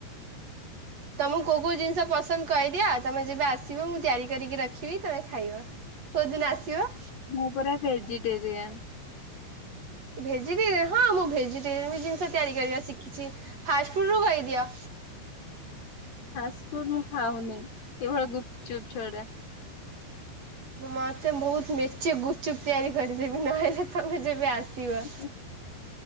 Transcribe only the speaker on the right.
ତମକୁ କୋଉ କୋଉ ଜିନିଷ ପସନ୍ଦ କହିଦିଅ ଆଉ ତମେ ଯେବେ ଆସିବ ମୁଁ ତିଆରି କରିକି ରଖିବି ତମେ ଖାଇବ। କୋଉଦିନ ଆସିବ?
ଭେଜିଟେରିୟନ୍ ହଁ, ମୁଁ ଭେଜିଟେରିୟନ୍ ଜିନିଷ ତିଆରି କରିବା ଶିଖିଛି। ଫାଷ୍ଟଫୁଡ୍ ରୁ କହିଦିଅ।
ମତେ ବହୁତ ମେଚେ ଗୁଚୁପ୍ ତିଆରି କରିଦେବି, ନହେଲେ ତମେ ଯେବେ ଆସିବ।